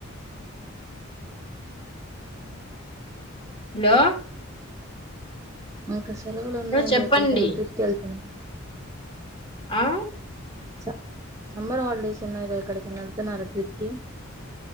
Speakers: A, on the left (about 25°); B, on the right (about 15°).
A: హలో
B: కే స సెలవులు ఉన్నాయిగా
A: చెప్పండి
B: ఎక్కడికైన ట్రిప్ కేళ్తున్నా
A: ఆ
B: స సమ్మర్ హాలిడేస్ ఉన్నాయి గా ఎక్కడికైనా వెళ్తున్నారా ట్రిప్ కి